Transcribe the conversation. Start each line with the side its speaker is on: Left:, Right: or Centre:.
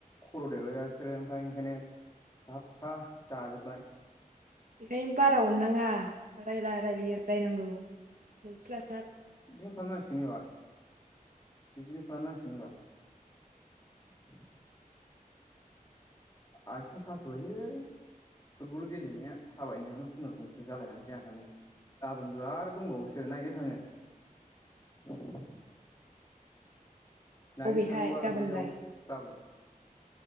Left: खर' देरबायबा बिसोरो ओमफाय ओंखायनो साफा जाजोब्बाय।
Right: बेखायनो बारा अननाङा रायला रायलि रायनांगौ लावथि
Left: बिदिनो खालामनांसिगोन एबार। बिदिनो खालामनांसिगोन एबार। आथिं सासोबायलै। फुटबल गेलेनाया थाबायनायावनो खुनुरुखुमसो जालाय लांसै आंहा नै। गाबोनबो आरो दंबावोसो नायनो थाङो। नायनो
Right: अबेहाय
Left: थाङोबा
Right: गाबोनलाय
Left: बैयाव गाबोन